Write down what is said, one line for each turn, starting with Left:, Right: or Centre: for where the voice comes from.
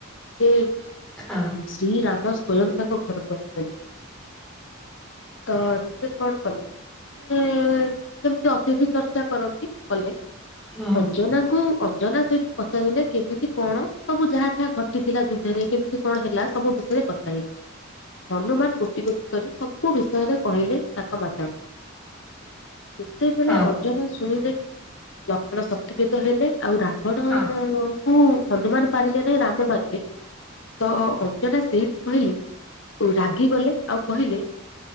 Left: ଯେ
Centre: ହଁ।
Left: ଶ୍ରୀ ରାମ ସ୍ଵୟଂ ତାଙ୍କ ଘର କୁ ଆସିଛନ୍ତି। ତ ସେ କଣ କଲେ ଏ ଯେମିତି ଅତିଥି ଚର୍ଚ୍ଚା କରନ୍ତି କଲେ।
Centre: ହଁ
Left: ଅଞ୍ଜନାକୁ ଅଞ୍ଜନା ସେଇଠୁ ପଚାରିଲେ କେମିତି କଣ? ସବୁ ଯାହା ଯାହା ଘଟିଥିଲା ଯୁଦ୍ଧରେ କେମିତି କଣ ହେଲା ସବୁ ବିଷୟରେ ପଚାରିଲେ। ହନୁମାନ ଗୋଟି ଗୋଟି କରି ସବୁ ବିଷୟରେ କହିଲେ ତାଙ୍କ ମାତାଙ୍କୁ। ଯେତେବେଳେ
Centre: ହଁ
Left: ଅଞ୍ଜନା ଶୁଣିଲେ କି ଲକ୍ଷ୍ମଣ ଶକ୍ତିିଭେଦ ହେଲେ, ଆଉ ରା ରାବଣ
Centre: ହଁ
Left: ଙ୍କୁ ହନୁମାନ ପାରିଲେ ନାଇଁ ରାମ ପାରିଲେ। ତ ଅଞ୍ଜନା ସେଇଠି କହିଲେ ଓ ରାଗି ଗଲେ ଆଉ କହିଲେ